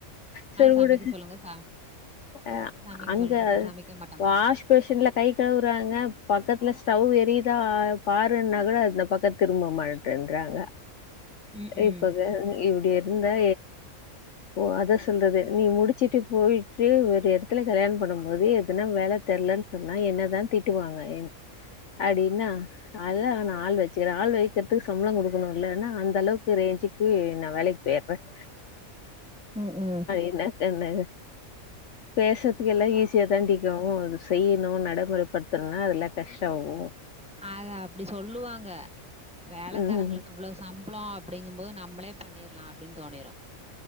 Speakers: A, on the left; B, in the centre.
A: சரி
B: சமைக்க
A: வுடுங்க
B: சொல்லுங்க ச
A: அஹ்
B: சமைக்க
A: அங்க
B: சொல்ல சமைக்க மாட்டாங்க
A: வாஷ்ஃபேஷன்ல கை கழுவுறாங்க பக்கத்துல ஸ்டவ் போ எரியுதா பாருன்னா கூட அந்த பக்கம் திரும்ப மாட்டன்றாங்க
B: ம் ம்
A: இப்பதா இப்படிய இந்தா ஓ அத சொல்றது நீ முடிச்சிட்டு போய் ஒரு இடத்துல கல்யாணம் பண்ணும் போது எதுனா வேல தெரிலன்னு சொன்னா என்னதான் திட்டுவாங்க அப்டின்னா அதெல்லா நா ஆள் வச்சுக்கிறேன் ஆள் வைக்கிறதுக்கு சம்பளம் கொடுக்கணும்லனா அந்த அளவுக்கு ரே <unintelligible> நான் வேலைக்கு போயிறேன்
B: ம் ம்
A: என்ன சொன்ன பேசுறதுக்கு எல்லாம் ஈஸியா தான்டி இக்கும் அத செய்யணும் நடைமுறைப்படுத்தணும்னா அதெல்லாம் கஷ்டம்
B: அத அப்டி சொல்லுவாங்க வேலக்காரங்களுக்கு
A: ம்
B: இவ்வளவு சம் பளம் அப்டிங்கும்போது நம்மளே பண்ணிடலாம் அப்படின்னு தோனிரும்